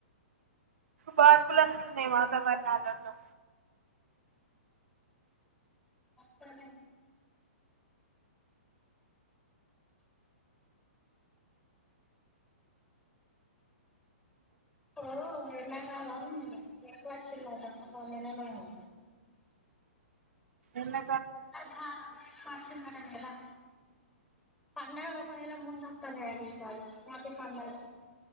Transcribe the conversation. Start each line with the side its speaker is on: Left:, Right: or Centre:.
Right: మార్పులు వస్తున్నాయి వాతావరణాలలో
Centre: సరేలే ఇప్పుడు ఎండాకాలం ఎక్కువ వచ్చిందట అక్కడ పోనేనె లేమో
Right: ఎలా
Centre: ఆ వచ్చిందట కదా పండగ లోకనెల ముందుత్తన్నాయట ఈసారి రాఖి పండగ